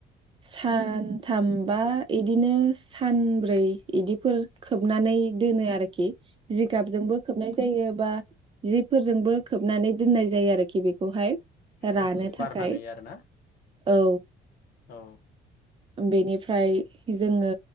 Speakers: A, on the right; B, on the left.
A: सानथामबा इदिनो सानब्रै इदिफोर खोबनानै दोनो आरोखि जिगाबजोंबो खोबनाय जायो बा जिफोरजोंबो खोबनानै दोननाय जायो आरोखि बेखौहाय रानो
B: जिखुनु
A: थाखाय
B: बार नाङै आरोना
A: औ।
B: औ।
A: बेनिफ्राय जोङो